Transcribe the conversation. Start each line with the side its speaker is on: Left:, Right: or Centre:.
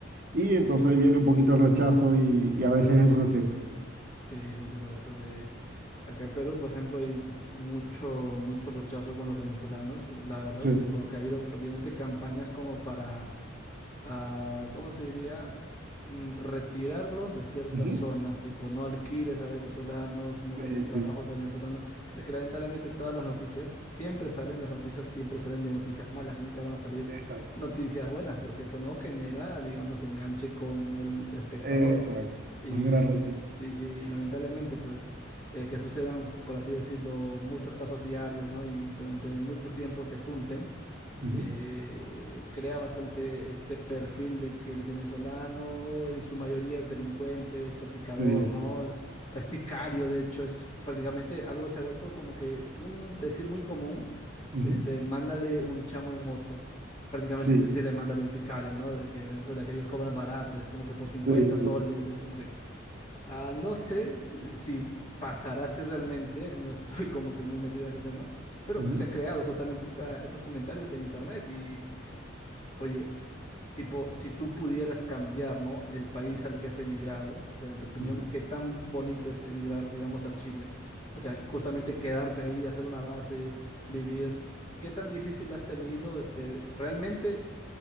Right: y entonces ahí viene un poquito el rechazo y, y a veces eso se siente.
Left: Sí, te entiendo eso de acá en Perú, por ejemplo, hay mucho, mucho rechazo con los venezolanos, la verdad,
Right: Sí.
Left: tipo que ha habido prácticamente campañas como para, ah, ¿cómo se diría? Mm, Retirarlos de ciertas
Right: Ujú.
Left: zonas, tipo no alquiles a venezolanos, no
Right: Sí,
Left: le des
Right: sí,
Left: trabajos a venezolanos. Es que lamentablemente todas las noticias siempre salen, las noticias siempre salen de noticias malas, nunca van a salir
Right: exacto.
Left: noticias buenas porque eso no genera, digamos, enganche con el espectador.
Right: Exacto.
Left: Y
Right: Más de la raíz.
Left: sí, sí, lamentablemente, pues, eh, que sucedan, por así decirlo, muchos casos diarios, ¿no? Y durante mucho tiempo se junten,
Right: Ujú.
Left: eh, crea bastante este perfil de que el venezolano en su mayoría es delincuente, es traficador,
Right: Sí,
Left: ¿no?
Right: sí.
Left: Es sicario, de hecho, es prácticamente algo se ha vuelto como que un decir muy común,
Right: Ujú.
Left: este, mándale un chamo en moto. Prácticamente
Right: Sí,
Left: es decirle, mándale un sicario, ¿no? De que Venezuela, que ellos cobran barato, es como que por cincuenta
Right: sí,
Left: soles,
Right: sí.
Left: es como que Ah, no sé eh, si pasará si realmente, no estoy como que muy metido en ese tema, pero
Right: Ujú,
Left: se ha creado justamente esta, estos comentarios en internet y, oye, tipo, si tú pudieras cambiar, ¿no? El país al que has emigrado, o sea, en tu opinión,
Right: ujú.
Left: ¿qué tan bonito es emigrar, digamos, a Chile? O sea, justamente quedarte ahí, hacer una base, vivir, ¿qué tan difícil has tenido? Este, realmente